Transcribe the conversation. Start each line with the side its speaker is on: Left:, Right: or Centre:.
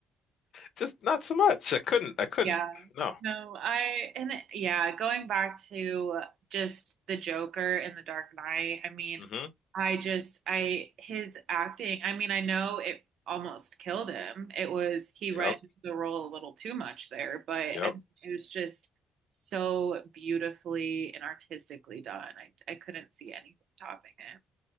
Left: Just not so much. I couldn't. I couldn't.
Right: Yeah.
Left: No.
Right: No, I and it- yeah, going back to just the Joker in The Dark Knight, I mean,
Left: hmm
Right: I just I his acting, I mean, I know it almost killed him. It was he
Left: Yep.
Right: went into the role a little too much there, but
Left: Yep.
Right: I mean, it was just so beautifully and artistically done. I I couldn't see anything topping it.